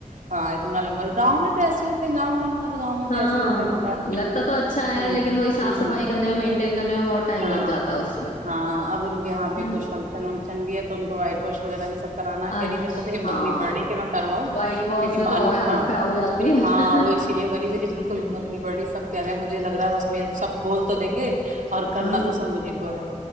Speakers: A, on the right (about 75°); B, on the left (about 70°).
A: ہاں اتنا لمبا ہے۔ گاؤں میں۔۔۔ تو ایسے ہی ہوتے ہیں گاؤں ان کا تو گاؤں میں
B: ہاں
A: تو ایسے ہی ہوتے ہیں مکان
B: لگتا تو اچھا ہے
A: ہوں
B: لیکن وہی
A: ہوں
B: صاف صفائی کرنے میں مینٹین کرنے میں بہت ٹائم
A: ہاں
B: لگ جاتا ہے اس میں۔
A: ہاں اب ان کے یہاں پہ
B: ہے
A: کچھ
B: نا؟
A: فنکشن ونکشن بھی ہے تو ان کو وائٹ واش وغیرہ بھی سب۔۔۔۔ کرانا کہہ
B: اچھا
A: رہی ہے۔ میرے کو بھی ہمت
B: ہاں
A: نہیں پڑ رہی کہ میں کرواؤں
B: وائٹ واش
A: کیونکہ
B: میں تو
A: معلوم
B: اور حالت
A: ہاں۔۔
B: خراب ہو جاتی ہے
A: ہاں وہ اسی لیے کری میری بالکل ہمت نہیں بڑ رہی سب کہہ رہے مجھے لگ رہا۔۔ بس میرے کو سب بول تو دیں گے۔۔ اور کرنا
B: ہاں
A: تو سمبجی کو ہے۔